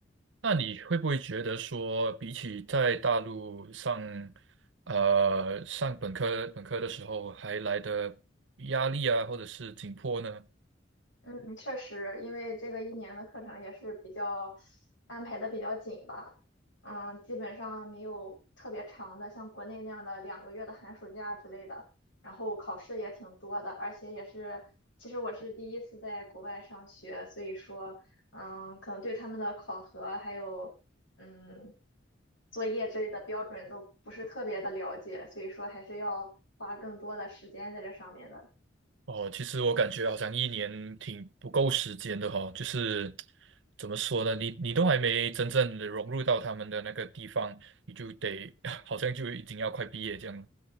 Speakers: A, on the right; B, on the left.
A: 那你会不会觉得说，比起在大陆上，呃，上本科本科的时候，还来的压力啊，或者是紧迫呢？
B: 嗯，确实，因为这个一年的课程也是比较安排的比较紧吧，嗯，基本上没有特别长的，像国内那样的两个月的寒暑假之类的。然后考试也挺多的，而且也是，其实我是第一次在国外上学，所以说，嗯，可能对他们的考核还有，嗯，作业之类的标准都不是特别的了解，所以说还是要花更多的时间在这上面的。
A: 哦，其实我感觉好像一年挺不够时间的哈、就是怎么说呢，你你都还没真正的融入到他们的那个地方，你就得 <laughs> 好像就已经要快毕业这样了。